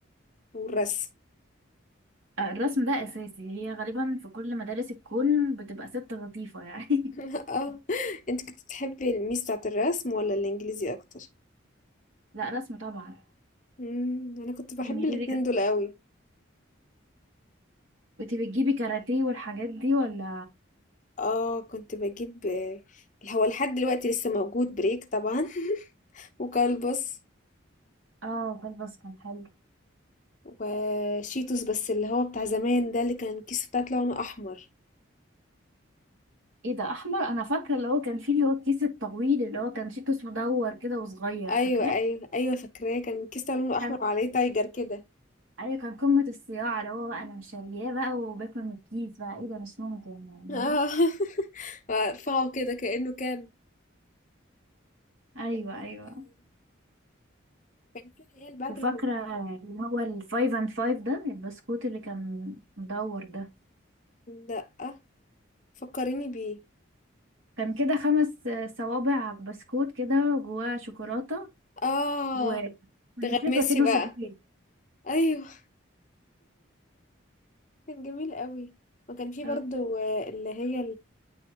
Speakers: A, on the left; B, on the right.
A: والرسم
B: آه، الرسم ده اساسي هي غالبا في كل مدارس الكون بتبقى ست لطيفه يعني
A: <laughs> اه
B: <laughs>
A: انت كنت بتحبي الميس بتاعة الرسم ولا الانجليزي اكتر؟
B: لا رسم طبعا
A: مم، انا كنت بحب
B: انجليزي
A: الاتنين
B: كانت
A: دول قوي
B: كنت بتجيبي كاراتيه والحاجات دي ولا
A: اه كنت بجيب آه، هو لحد دلوقتي لسه موجود بريك طبعا <laughs> وكلبس
B: اه كلبس كان حلو
A: وشيتوس بس اللي هو بتاع زمان ده اللي كان الكيس بتاعته لونه احمر
B: ايه ده احمر انا فاكره اللي هو كان فيه اللي هو الكيس الطويل اللي هو كان شيتوس مدور كده وصغير
A: ايوه
B: فاكراه
A: ايوه ايوه فاكراه كان الكيس بتاعه لونه احمر
B: كان
A: وعليه تايجر كده
B: ايوه كان قمه الصياعه اللي هو بقى انا شارياه بقى وباكل من الكيس بقى ايه ده مش ممكن يعني
A: اه
B: فاهمة؟
A: <laughs> ارفعه كده كأنه كان
B: ايوه
A: كان
B: ايوه
A: حلو كان في عيال بعد
B: وفاكره
A: اللي ما-
B: اللي هو الفايف اند فايف ده البسكوت اللي كان مدور ده
A: لا فكريني بيه
B: كان كده خمس آه، صوابع بسكوت كده جواه شوكولاته
A: اه
B: ونسيته
A: تغمسي
B: كأنه
A: بقى
B: سجاير
A: ايوه كان جميل قوي وكان في برضو
B: آه،
A: آه، اللي هي